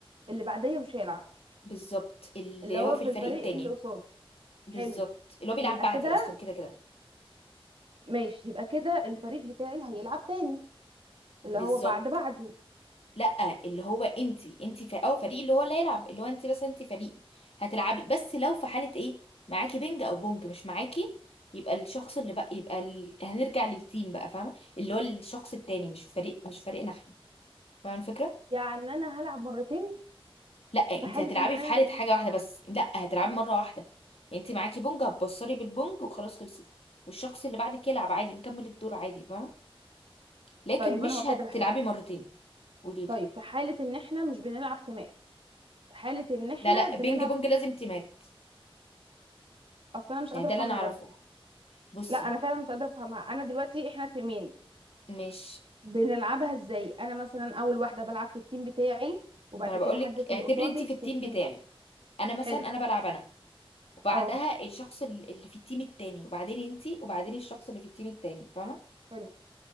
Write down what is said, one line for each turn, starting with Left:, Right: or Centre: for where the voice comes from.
Right: اللي بعديه مش هيلعب
Left: بالظبط اللي
Right: اللي هو
Left: هو في
Right: في
Left: الفريق
Right: الفريق
Left: التاني
Right: اللي قصاد
Left: بالظبط
Right: حلو
Left: اللي هو بيلعب
Right: يبقى
Left: بعدي
Right: كده
Left: اصلا كده كده
Right: ماشي يبقى كده الفريق بتاعي هيلعب تاني اللي
Left: بالظبط
Right: هو بعد بعدي
Left: لا اللي هو انت انت ف... او فريق اللي هو اللي هيلعب اللي هو انت بس انت فريق هتلعبي بس لو في حاله ايه معاكي بنج او بونج مش معاكي يبقى الشخص اللي بقى يبقى ال... هنرجع للتيم بقى فاهمه اللي هو الشخص التاني مش فريق مش فريقنا احنا فاهمه الفكره
Right: يعني انا هلعب مرتين
Left: لا انت
Right: في حالة
Left: هتلعبي
Right: ان انا
Left: في حاله حاجه واحده بس لا هتلعبي مره واحده انت معاكي بونج هتبصري بالبونج وخلاص خلصت والشخص اللي بعدك يلعب عادي نكمل الدور عادي فاهمه لكن
Right: طيب
Left: مش
Right: انا هقول
Left: هتلعبي
Right: لك على حاجة
Left: مرتين قولي لي
Right: طيب في حالة ان احنا مش بنلعب تيمات في حالة ان احنا
Left: لا لا
Right: بنلعب
Left: بينج بونج لازم تيمات
Right: اصل انا مش
Left: يعني
Right: قادرة
Left: ده
Right: افهمها
Left: اللي انا اعرفه
Right: برضه
Left: بصي
Right: لا انا فعلا مش قادرة افهمها انا دلوقتي احنا تيمين
Left: مش
Right: بنلعبها ازاي انا مثلا اول واحدة بلعب في التيم بتاعي وبعد
Left: ما انا بقولك
Right: كده حد في
Left: اعتبري
Right: اللي قصادي
Left: انت في التيم
Right: في التيم
Left: بتاعي انا مثلا
Right: حلو
Left: انا بلعب انا وبعدها
Right: اه
Left: الشخص ال- اللي في التيم التاني وبعدين انت وبعدين الشخص اللي في التيم التاني فاهمه
Right: حلو